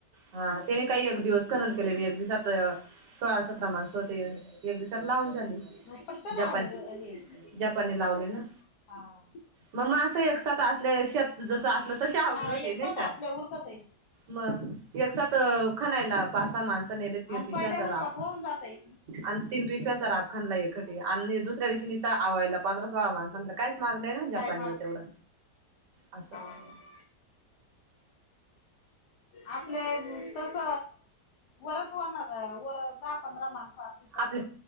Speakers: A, on the right (about 80°); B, on the left (about 70°).
A: हा, त्यानी काय एक दिवस कणन की लगी एक दिवसात सोळा सतरा माणसं हो ते एक दिवसात लावून झाली
B: पटकन आवणे
A: जपान
B: हे
A: जपानी
B: जपान
A: लावली ना.
B: हा.
A: म मा असं एक साथ असल्या श जस असलं तशी आवडी
B: हा
A: होते
B: एकसाथ
A: नाही का.
B: असल्या उरकत आहे
A: म एक सात खनायला पासा माणसा नेले तीन
B: आणि
A: पिशव्यांचा
B: पहिल्या उरपात
A: राग.
B: होऊन जातय
A: अन् तीन पिशव्यांचा राब खनला एकखटी आणि दुसऱ्या दिवशी नीस्त आवा्हायला पंधरा सोळा म्हलं काहीच माग नाही ना जपानी
B: काय
A: हो ते एवढं असं.
B: हम. आपलं तस वरच होणार आहे वरच दहा पंधरा माणसं अशी
A: आपले